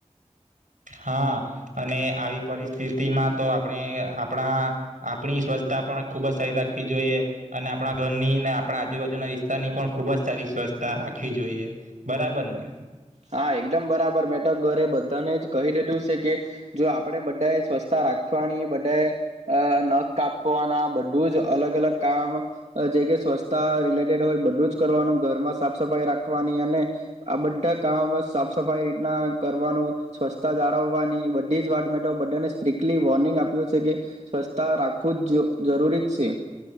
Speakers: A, on the right; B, on the right.
A: હા, અને આવી પરિસ્થિતિમાં તો આપણે, આપણા, આપણી સ્વચ્છતા પણ ખુબ જ સારી રાખવી જોઈએ અને આપણા ઘરની આપણા આજુબાજુના વિસ્તારની પણ ખુબ જ સારી સ્વચ્છતા રાખવી જોઈએ બરાબર ને
B: હા, એકદમ બરાબર મેં તો ઘરે બધાને જ કહી દીધું છે, કે જો આપણે બધાએ સ્વચ્છતા રાખવાની બધાએ નખ કાપવાના બધું જ અલગ અલગ કામ જે કે સ્વચ્છતા રિલેટેડ હોય બધું જ કરવાનું ઘરમાં સાફ સફાઈ રાખવાની અને આ બધા કામ સાફ સફાઈ રીતના કરવાનું, સ્વચ્છતા જાળવવાની બધી જ વાટ મેઠો બધાને સ્ટ્રીકલી વોર્નિંગ આપ્યું છે, કે સ્વચ્છતા રાખવું જ જરૂરી જ શે